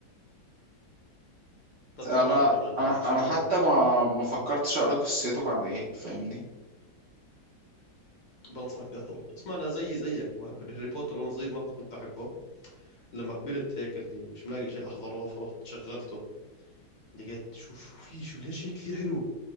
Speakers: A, on the left; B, on the right.
A: طب
B: انا
A: شو حاضر كمان هات
B: انا انا
A: إشي عربي
B: حتى ما ما فكرتش اقرا قصته عن ايه فاهمني
A: بنصحك تحضره اسمع أنا زيي زيك ما بحب هاري بوتر وأنا صغير ما كنت أحبه لما كبرت هيك اللي مش ملاقي إشي أحضره فرحت شغلته لقيت شو شو في شو ليش هيك كثير حلو